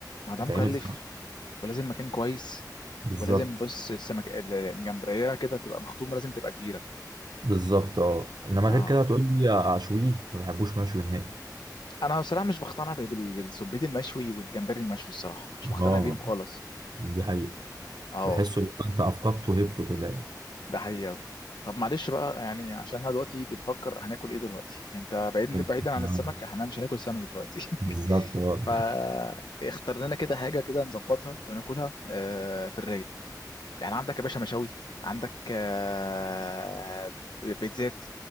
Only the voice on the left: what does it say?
ما ده
مكلف
ولازم مكان كويس
ولازم بص السمك الجمبريه كده تبقى مخطومه لازم تبقى كبيره
اه
انا بصراحه مش بقتنع بال- بال- بالسبيت المشوي والجمبري المشوي الصراحه مش بقتنع
بيهم خالص
اه
ده حقيقي أوي. طب معلش بقى يعني عشان احنا دلوقتي بنفكر هناكل ايه دلوقتي انت بعيد
بعيدا عن
السمك احنا مش هناكل سمك دلوقتي
<laughs>
فاختار لنا كده حاجه كده نظبطها وناكلها آه، في الرايق يعني عندك يا باشا مشاوي عندك آه، بيتزات